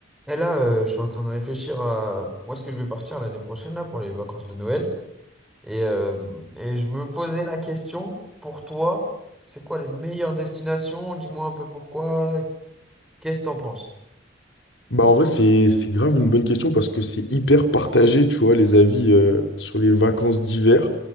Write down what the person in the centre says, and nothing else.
Et là, euh, je suis en train de réfléchir à où est-ce que je vais partir l'année prochaine là, pour les vacances de Noël. Et, euh, et je me posais la question, pour toi, c'est quoi les meilleures destinations? Dis-moi un peu pourquoi. Qu'est-ce que t'en penses?